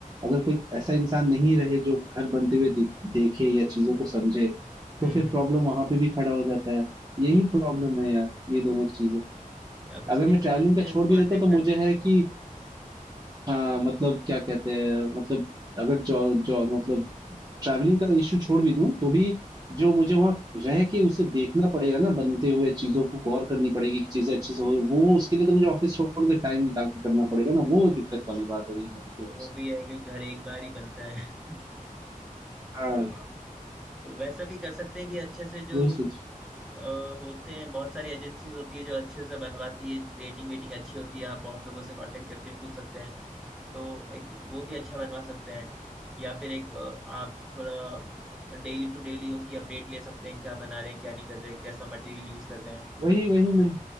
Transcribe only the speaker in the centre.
हम्म
हम्म।
अब इसके
लिए
तो अच्छे
कॉन्ट्रैक्टर्स
वो भी है कि घर एक बार ही बनता है <laughs>
तो तो वैसा भी कर सकते हैं कि अच्छे से जो
अ, होते हैं बहुत सारी एजेंसीज होती है जो अच्छे से बनवाती है जिनकी रेटिंग वेटिंग अच्छी होती है आप बहुत लोगों से कांटेक्ट करके पूछ सकते हैं तो एक वो भी अच्छा बनवा सकते हैं या फिर एक अ, आप थोड़ा डेली टू डेली उनकी अपडेट ले सकते हैं क्या बना रहे हैं क्या नहीं कर रहे हैं कैसा मटेरियल यूज कर रहे हैं